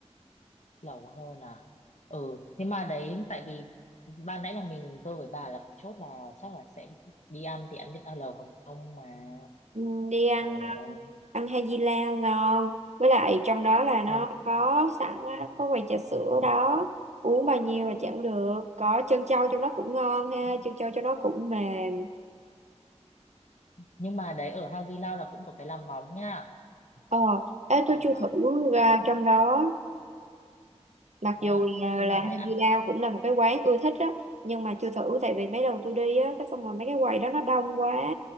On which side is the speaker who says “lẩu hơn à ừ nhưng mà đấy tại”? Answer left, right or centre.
Left